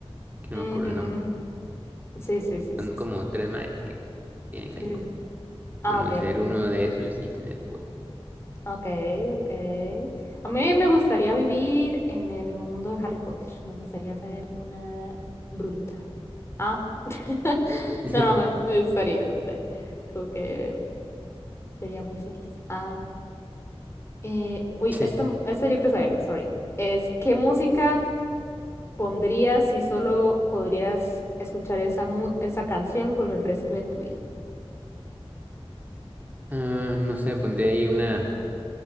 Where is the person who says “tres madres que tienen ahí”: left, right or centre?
Right